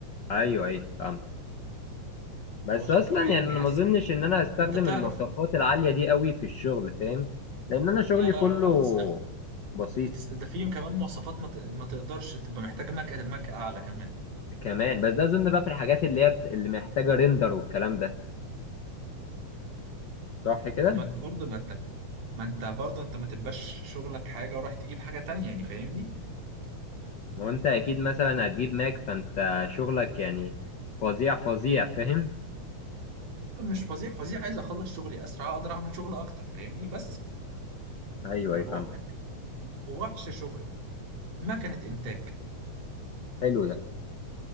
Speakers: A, on the left; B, on the right.
A: ايوه ايوه فهمت بس
B: هو حرفيا
A: اصلا يعني انا
B: جهاز
A: ما اظنش ان انا هستخدم
B: انت تعرف
A: المواصفات العاليه دي قوي في الشغل فاهم لان انا شغلي
B: لا لا
A: كله
B: لا لا بتستغل
A: بسيط
B: بتست... ده فيه كمان مواصفات ما, ت... ما تقدرش تبقى محتاج ماك ماك اعلى كمان
A: كمان بس ده اظن بقى في الحاجات اللي هي بت... اللي محتاجه ريندر والكلام ده صح كده
B: ما انت برضه ما انت ما انت برضه انت ما تبقاش شغلك حاجه ورايح تجيب حاجه تانية يعني فاهمني
A: ما هو انت اكيد مثلا هتجيب ماك فانت شغلك يعني فظيع فظيع فاهم
B: لا، مش فظيع فظيع عايز اخلص شغلي اسرع اقدر اعمل شغل اكتر فاهمني بس
A: ايوه
B: ما
A: اي
B: انا بقول
A: فهمت
B: لك وحش شغل مكنه انتاج
A: حلو ده